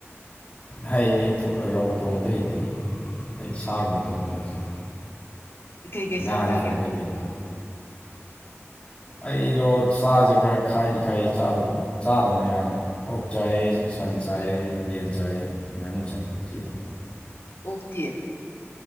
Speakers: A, on the left; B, on the left.
A: ꯍꯩ ꯑꯩ ꯔꯧ ꯊꯣꯡꯕꯗꯤ ꯍꯩꯇꯦ ꯑꯩꯗꯤ ꯁꯥꯒꯨꯝꯕ ꯊꯣꯡꯕ ꯅꯆꯩ
B: ꯀꯩꯀꯩ ꯁꯥ
A: ꯉꯥꯗꯤ
B: ꯆꯥꯒꯦ
A: ꯊꯣꯡꯕ ꯍꯩꯇꯦ ꯐꯖꯅ ꯑꯩꯗꯣ ꯁꯥꯁꯦ ꯈꯔ ꯈꯥꯏꯗꯤ ꯈꯥꯏ ꯆꯥꯗꯕꯅ ꯌꯥꯝꯃꯦ ꯑꯣꯛ ꯆꯥꯏꯑ ꯁꯟ
B: ꯎꯝ
A: ꯆꯥꯏ
B: ꯍꯥꯏꯔꯣ
A: ꯌꯦꯟ ꯆꯥꯏ ꯉꯥꯅꯨ ꯆꯥꯏ ꯁꯤꯇꯅꯤ
B: ꯑꯣꯛꯇꯤ